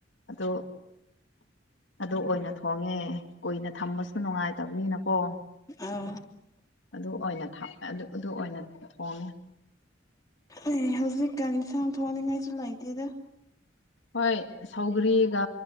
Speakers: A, on the left (about 75°); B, on the left (about 20°).
A: ꯑꯗꯨ ꯑꯗꯨ ꯑꯣꯏꯅ ꯊꯣꯡꯉꯦ ꯀꯨꯏꯅ ꯊꯝꯕꯁꯨ ꯅꯨꯡꯉꯥꯏꯇꯕꯅꯤꯅꯀꯣ
B: ꯑꯥ
A: ꯑꯗꯨ ꯑꯣꯏꯅ ꯊꯝꯃꯦ ꯑꯗꯨ ꯑꯗꯨ ꯑꯣꯏꯅ ꯊꯣꯡꯉꯦ
B: ꯑꯦ ꯍꯧꯖꯤꯛꯀꯟ ꯏꯟꯁꯥꯡ ꯊꯣꯡꯅꯤꯡꯉꯥꯏꯁꯨ ꯂꯩꯇꯦꯗ
A: ꯍꯣꯏ ꯁꯧꯒ꯭ꯔꯤꯒ